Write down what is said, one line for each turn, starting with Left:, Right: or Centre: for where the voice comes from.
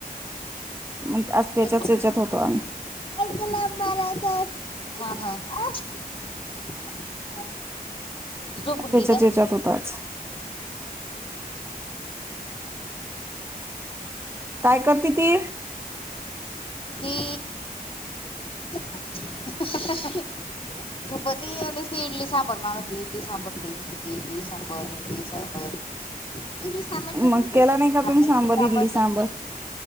Right: मग आज त्येच्याच
Left: घरी घरी
Right: त्येच्यात
Left: पण
Right: होतो
Left: करते.
Right: आम्ही.
Left: <unintelligible> झोपून
Right: त्येच्या
Left: घे ग
Right: त्येच्यात होताच. काय करते ती?
Left: ती, झोपती. झोपती आणि इडली सांबर मागती, इडली सांबर दे, इडली सांबर, इडली सांबर. इडली सांभर चटणी,
Right: मग केला नाही का
Left: हा
Right: तुम्ही सांबर
Left: इडली साबर
Right: सांबर
Left: चटणी.